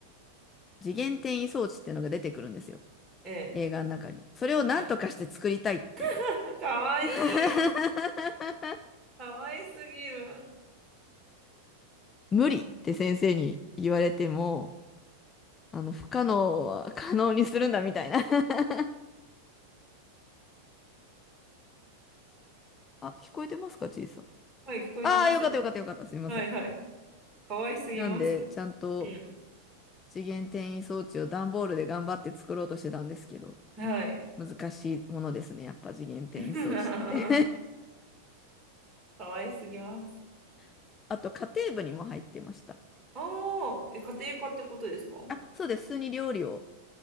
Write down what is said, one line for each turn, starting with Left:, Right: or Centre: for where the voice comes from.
Left: 次元転移装置ってのが出てくるんですよ。
Right: ええ、
Left: 映画の中に。それをなんとかして作りたいっていう。
Right: はい。<laughs> かわいい。
Left: <laughs>
Right: かわいすぎる。
Left: 無理って先生に言われても、あの、不可能は可能にするんだみたいな <laughs> あ、聞こえてますか、ちいさん。
Right: はい、聞こえてますよ。
Left: ああ、よかったよかったよかった。すみません。
Right: はいはい。かわいすぎます。
Left: なんで、ちゃんと
Right: うん。
Left: 次元転移装置を段ボールで頑張って作ろうとしてたんですけど、
Right: はい。
Left: 難しいものですね。やっぱ次元転移装置って
Right: <laughs> かわいすぎます。
Left: <laughs> あと、家庭部にも入ってました。
Right: ああ、え、家庭科ってことですか
Left: あ、そうです。普通に料理を